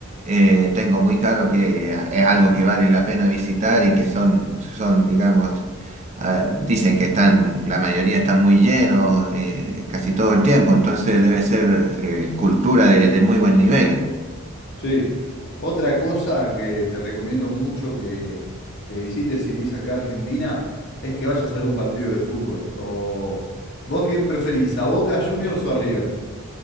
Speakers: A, on the right; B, on the left.
A: eh, tengo muy claro que es algo que vale la pena visitar y que son, son digamos, ah, dicen que están, la mayoría están muy llenos eh, casi todo el tiempo, entonces debe ser eh, cultura de de muy buen nivel.
B: Sí. Otra cosa que te recomiendo mucho que, que visites si venís acá a Argentina es que vayas a ver un partido de fútbol. O, ¿vos quién preferís, a Boca Juniors o a River?